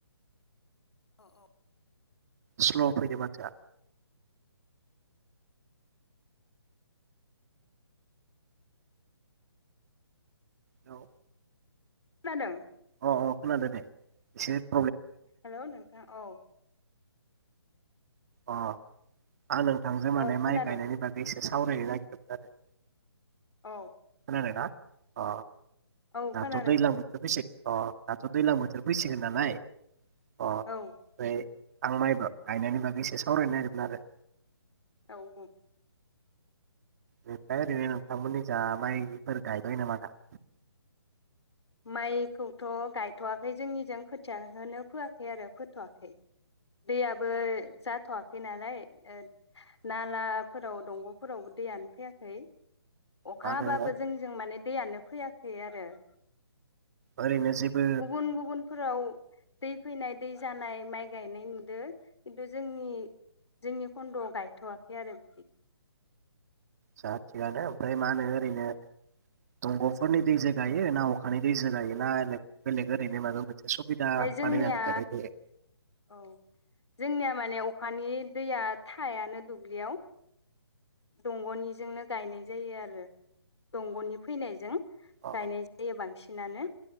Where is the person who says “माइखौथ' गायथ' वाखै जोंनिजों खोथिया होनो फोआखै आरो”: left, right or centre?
Left